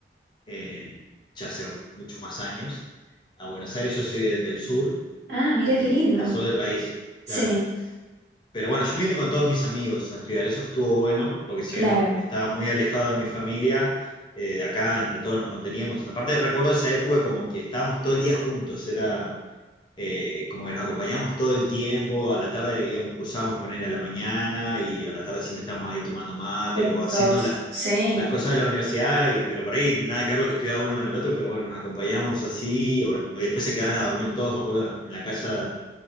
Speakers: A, on the left; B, on the right.
A: eh, ya hace muchos más años, a Buenos Aires. Yo soy de- del sur
B: Ah, mira
A: y
B: qué lindo.
A: del sur del país,
B: Sí.
A: claro. Pero bueno, yo me vine con todos mis amigos a estudiar. Eso estuvo bueno, porque si
B: Claro,
A: bien estaba muy alejado de mi familia, eh, acá entre todos nos conteníamos. Aparte recuerdo esa época como que estábamos todo el día juntos, era eh, como que nos acompañamos todo el tiempo, a la tarde, digamos, cursábamos con él a la mañana y a la tarde siempre estábamos ahí tomando mate
B: juntos,
A: o haciendo las,
B: sí,
A: las cosas de la universidad, y- pero por ahí nada que ver lo que estudiaba uno con el otro, pero bueno, nos acompañamos así, o, o después se quedaban a dormir todos, me acuerdo, en la casa